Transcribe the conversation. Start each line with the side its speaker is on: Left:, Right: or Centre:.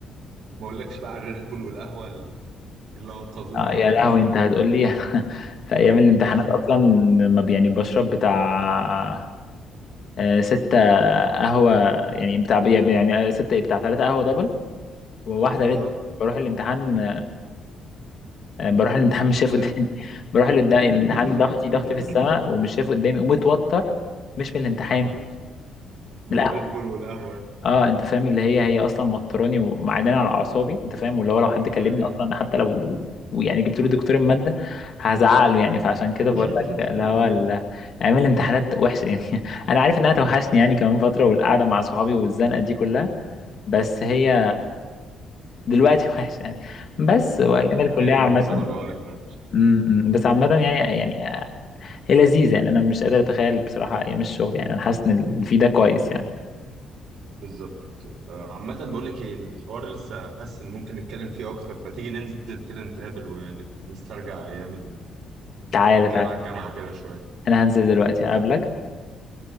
Right: ما اقولكش بقى على الريد بول والقهوه اللي انقذونا
Left: آه
Right: يعني
Left: يا لهوي انت هتقول لي <laughs> في ايام الامتحانات
Right: <laughs>
Left: اصلا لما ب- يعني بشرب بتاع آه، ستة قهوة يعني بتاع يعني آه، ستة إيه، بتاع ثلاثة قهوة دبل وواحدة ريد
Right: اه
Left: بروح الامتحان آه، بروح الامتحان مش شايف قدامي
Right: لا
Left: <laughs> بروح لقدام
Right: <laughs>
Left: الامتحان ضغطي ضغطي في السماء ومش شايف قدامي ومتوتر مش من الامتحان
Right: اه من
Left: من القهوة
Right: الريد بول والقهوه
Left: اه انت فاهم اللي هي هي اصلا موتراني ومعداني على اعصابي انت فاهم واللي هو لو حد كلمني
Right: ايوه
Left: اصلا حتى لو يعني جبت له دكتور المادة هزعله يعني فعشان كده
Right: <laughs>
Left: بقول لك اللي هو ال- ايام الامتحانات وحشة يعني <laughs> انا عارف انها توحشني يعني كمان فترة والقعدة مع صحابي والزنقة دي كلها بس هي دلوقتي <laughs> وحشة يعني بس وايام
Right: لا انا
Left: الكلية
Right: جاي لك
Left: عامة
Right: من سبب وهقول لك الوحش.
Left: م- م. بس عامة يعني يعني هي لذيذة يعني أنا مش قادر أتخيل بصراحة أيام الشغل يعني أنا حاسس إن اللي فيه ده كويس يعني
Right: بالظبط كده. آه، عامة بقول لك ايه الحوار لسه حاسس ان ممكن نتكلم فيه اكتر فتيجي ننزل كده نتقابل ونسترجع ايام ال-
Left: تعالى
Right: نتكلم
Left: تعالى
Right: على الجامعة كده شوية
Left: أنا هنزل دلوقتي أقابلك